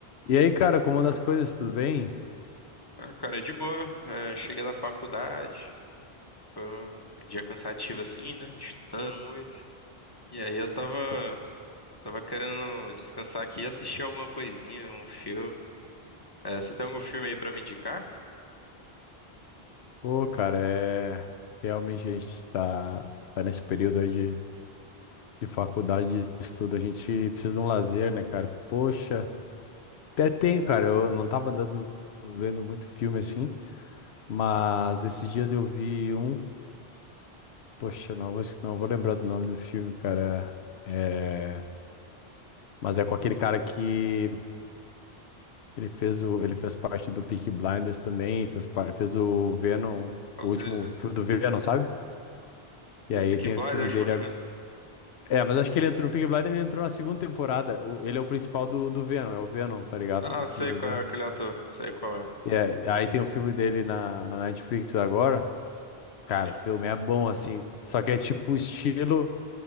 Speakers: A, on the left (about 80°); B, on the left (about 25°).
A: E aí, cara, como anda as coisas? Tudo bem?
B: Ah, cara, é de boa. É, cheguei da faculdade, foi um dia cansativo assim, né? Estudando muito. E aí eu tava,
A: Poxa.
B: tava querendo descansar aqui e assistir alguma coisinha, um filme. É, você tem algum filme aí pra me indicar?
A: Pô, cara, é... realmente a gente tá, tá nesse período aí de, de faculdade, de estudo, a gente precisa de um lazer, né, cara? Poxa, até tenho, cara, eu não tava andando, vendo muito filme assim, mas esses dias eu vi um, poxa, não vou, não vou lembrar do nome do filme, cara, é... mas é com aquele cara que ele fez, o... ele fez parte do Peaky Blinders também, fez, par... fez o Venom,
B: Ou
A: o
B: Você,
A: último filme do Venom, sabe? E
B: é,
A: aí
B: Speaking
A: tem
B: Blind,
A: o filme
B: é o último
A: dele.
B: filme.
A: ag- É, mas acho que ele entrou no Peaky Blinders, ele entrou na segunda temporada. O- ele é o principal do, do Venom, é o Venom, tá ligado?
B: Ah,
A: No filme
B: sei
A: do
B: qual
A: Venom.
B: é aquele ator, sei qual é.
A: E aí, aí tem o filme dele na, na Netflix agora. Cara,
B: Sim.
A: o filme é bom, assim. Só que é tipo estilo,